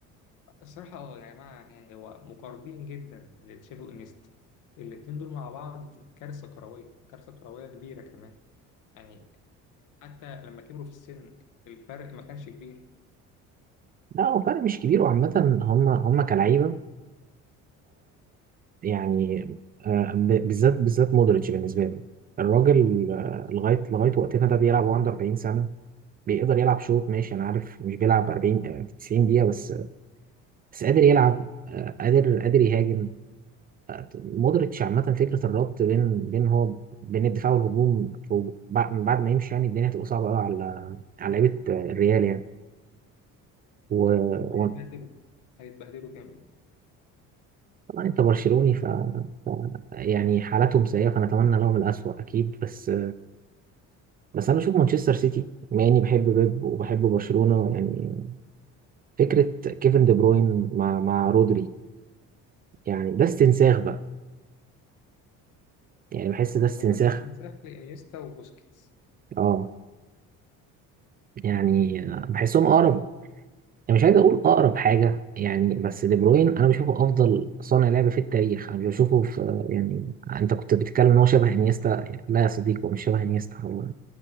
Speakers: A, on the left (about 70°); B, on the right (about 30°).
A: الصراحه اه يا جماعه يعني هو مقاربين جدا لتشافي وانيستا الاتنين دول مع بعض كارثه كرويه كارثه كرويه كبيره كمان يعني حتى لما كبروا في السن الفرق ما كانش كبير
B: لا هو فرق مش كبير وعامة هم هم كلعيبة يعني آه، ب- بالذات بالذات مودريتش بالنسبة لي الراجل آه، لغاية لغايه وقتنا ده بيلعب وهو عنده 40 سنة بيقدر يلعب شوط ماشي أنا عارف مش بيلعب 40 آه، 90 دقيقة بس بس قادر يلعب آه، قادر قادر يهاجم آه، مودريتش عامة فكرة الربط بين بين هو بين الدفاع والهجوم في- بعد بعد ما يمشي يعني الدنيا هتبقى صعبة قوي على على لعيبة آه، الريال يعني
A: هم هيتبهدلوا هيتبهدلوا جامد
B: انت برشلوني ف... ف يعني حالتهم سيئه فنتمنى لهم الاسوأ اكيد بس بس انا بشوف مانشستر سيتي بما اني بحب بيب وبحب برشلونه يعني فكره كيفن دي بروين مع مع رودري يعني ده استنساخ بقى يعني بحس ده استنساخ
A: هو ده استنساخ لإنيستا وبوسكيتس
B: اه يعني بحسهم اقرب يعني مش عايز اقول اقرب حاجه يعني بس دي بروين انا بشوفه افضل صانع لعبه في التاريخ انا مش بشوفه في يعني انت كنت بتتكلم ان هو شبه انيستا لا يا صديقي هو مش شبه انيستا هو